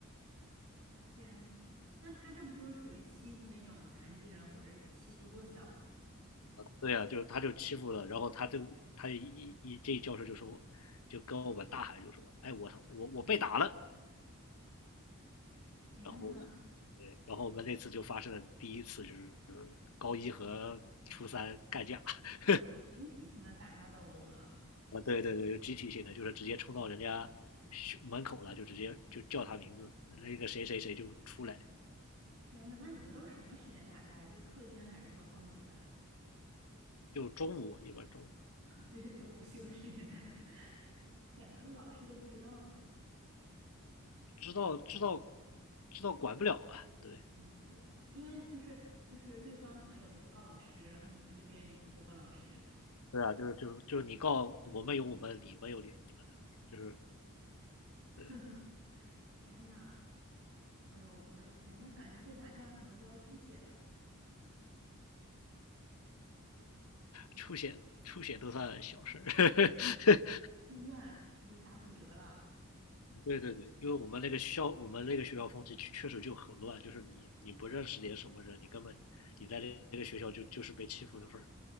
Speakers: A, on the right; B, on the left.
A: 天呐，那他这不就是属于欺负那种残疾人或者欺负弱小了吗？
B: 对啊，就是他就欺负了，然后他就他一一这教授就说，就跟我们大喊就说，哎，我我我被打了，
A: 天呐，
B: 然后对，然后我们那次就发生了第一次，就是高一和初三干架 <laughs>
A: 哦，群体性的打架斗殴了。
B: 啊，对对对，集体性的，就是直接冲到人家学门口了，就直接就叫他名字，那个谁谁谁就出来，
A: 天呐，那你们都是什么时间打架呀？就是课间还是说放学啊？
B: 就中午一般中午，
A: <laughs> 对对对，午休的时间打架。<laughs> 天呐，那老师都不知道吗？
B: 知道知道知道管不了啊，对
A: 嗯，对，因为就是就是对方可能也不会告老师，然后你们这边也不会告老师。
B: 对啊，就是就是就是你告我们有我们的理，你们有你们的理，就是
A: <laughs>
B: 对
A: 天呐，哎呦，我的天，那感觉这打架可能都要出血的，
B: 出血出血都算小事儿，<laughs>
A: 住院就是打骨折了。
B: 对对对，因为我们那个校，我们那个学校风气确确实就很乱，就是你你不认识点什么人，你根本你在那个学校就就是被欺负的份儿。